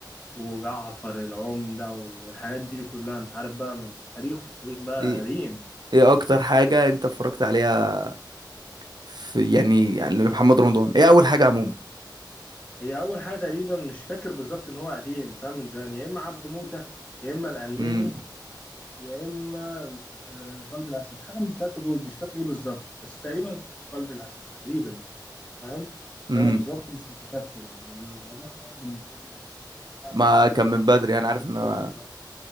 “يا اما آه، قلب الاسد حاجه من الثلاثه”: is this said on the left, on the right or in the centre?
Left